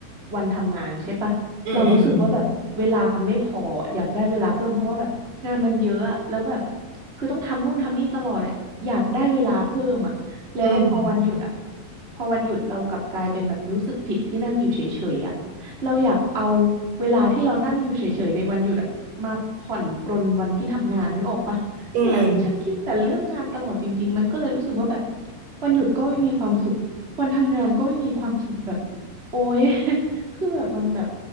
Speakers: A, on the right; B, on the right.
A: วันทำงานใช่ปะเรารู้สึกว่าแบบเวลามันไม่พออยากได้เวลาเพิ่มเพราะว่าแบบงานมันเยอะอะแล้วแบบ
B: อืมอืม
A: คือต้องทำนู่นทำนี่ตลอดอะอยากได้เวลาเพิ่มอ่ะแล้วพอวันหยุดอ่ะ
B: อืม
A: พอวันหยุดเรากลับกลายเป็นแบบรู้สึกผิดที่นั่งอยู่เฉยๆอ่ะเราอยากเอาเวลาที่เรานั่งอยู่เฉยๆในวันหยุดอ่ะมาผ่อนปรนวันที่ทำงานนึกออกปะเนี่ยฉันคิดแต่เรื่องงานตลอดจริงๆมันก็เลยรู้สึกว่าแบบ
B: อืม
A: วันหยุดก็ไม่มีความสุข วันทำงานก็ไม่มีความสุขแบบโอ๊ย <laughs> คือแบบมันแบบ